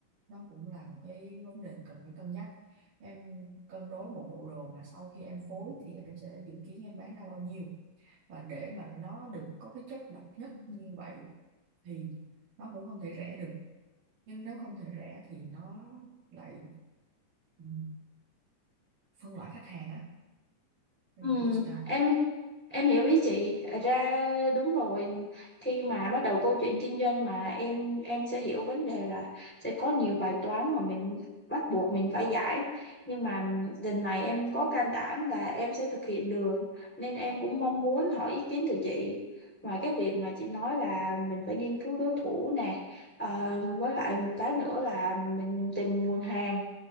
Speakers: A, on the right; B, in the centre.
A: nó cũng là một cái vấn đề cần phải cân nhắc em cân đối một bộ đồ mà sau khi em phối thì em sẽ dự kiến em bán ra bao nhiêu và để mà nó được có cái chất độc nhất như vậy thì nó cũng không thể rẻ được nhưng nếu không thể rẻ thì nó lại ừ, phân loại khách hàng á em
B: Ừ,
A: hiểu ý chị không?
B: em em hiểu ý chị Thật ra đúng rồi khi mà bắt đầu câu chuyện kinh doanh mà em em sẽ hiểu vấn đề là sẽ có nhiều bài toán mà mình bắt buộc mình phải giải nhưng mà lần này em có can đảm là em sẽ thực hiện được nên em cũng mong muốn hỏi ý kiến từ chị ngoài cái việc mà chị nói là mình phải nghiên cứu đối thủ nè ờ, với lại một cái nữa là mình tìm nguồn hàng